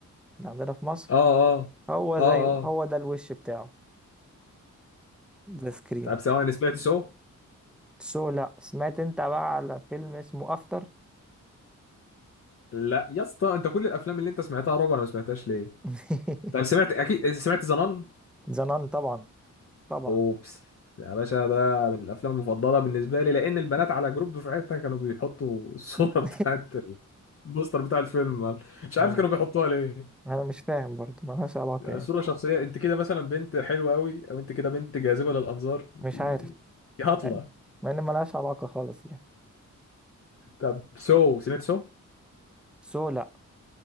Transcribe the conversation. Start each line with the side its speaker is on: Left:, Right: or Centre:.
Centre: كان عندنا في مصر
Left: اه اه
Centre: هو
Left: اه
Centre: زيه هو
Left: اه
Centre: ده الوش بتاعه ذا سكريم
Left: طب ثواني انا سمعت سو
Centre: سو لا سمعت انت بقى على فيلم اسمه افتر
Left: لا يا اسطى انت كل الافلام اللي انت سمعتها رعب انا ما سمعتهاش ليه
Centre: <laughs>
Left: طب سمعت اكيد سمعت زنان
Centre: زنان طبعا طبعا
Left: اوبس يا باشا ده من الافلام المفضله بالنسبه لي لان البنات على جروب دفعتنا كانوا بيحطوا الصوره
Centre: <laughs>
Left: <laughs> بتاعت البوستر بتاع الفيلم مش عارف
Centre: ها
Left: كانوا بيحطوها ليه
Centre: انا مش فاهم برضو ملهاش علاقة
Left: يعني
Centre: يعني
Left: صوره شخصيه انت كده مثلا بنت حلوه قوي او انت كده بنت جاذبه للانظار
Centre: مش
Left: انت
Centre: عارف
Left: يا هطله
Centre: يعني مع ان ملهاش علاقة خالص يعني
Left: طب سو سمعت سو
Centre: سو لا